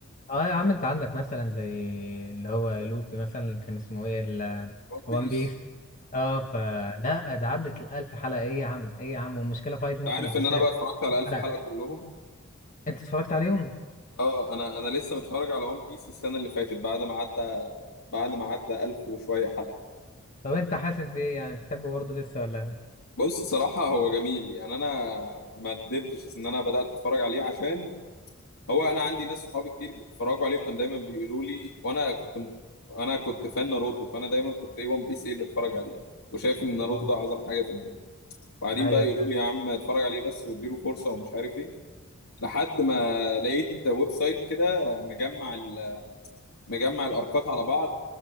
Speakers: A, on the left; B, on the left.
A: اه يا عم انت عندك مثلا زي اللي هو لوفي مثلا اللي كان اسمه ايه ال-
B: ون
A: وان
B: بيس
A: بيس اه فلا ده عدت الألف حلقة ايه يا عم ايه يا عم والمشكلة فايت ممكن
B: عارف
A: يخش
B: ان انا
A: لك
B: بقى اتفرجت على
A: في
B: الف
A: حلقة
B: حلقه كلهم
A: انت اتفرجت عليهم
B: اه انا انا لسه متفرج على ون بيس السنه اللي فاتت بعد ما عدى بعد ما عدى الف وشويه حلقه
A: طب انت حاسس بايه يعني بتحبه برضه لسه ولا
B: بص صراحه هو جميل يعني انا ما ندمتش ان انا بدات اتفرج عليه عشان هو انا عندي ناس صحابي كتير بيتفرجوا عليه وكان دايما بيقولوا لي وانا كنت انا كنت فان ناروتو فانا دايما كنت ايه ون بيس ايه اللي اتفرج عليه وشايف ان ناروتو
A: اه
B: ده اعظم حاجه في الدنيا وبعدين
A: ايوه
B: بقى يقولوا
A: فعلا
B: لي يا عم اتفرج عليه بس واديله فرصه ومش عارف ايه لحد ما لقيت ويب سايت كده مجمع ال- مجمع الاركات على بعض